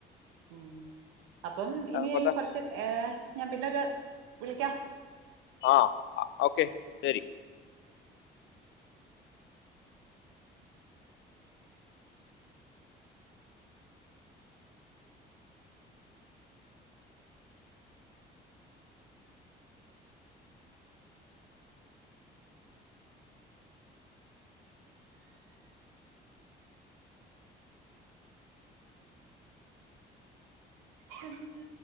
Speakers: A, on the right; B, on the left.
A: ഉം അപ്പം ഇനി
B: പത്താം
A: കൊർച്ച് ഏഹ് ഞാൻ പിന്നൊര് വിളിയ്ക്കാം.
B: ആഹ് ഓക്കെ ശരി
A: തെന്തിത്.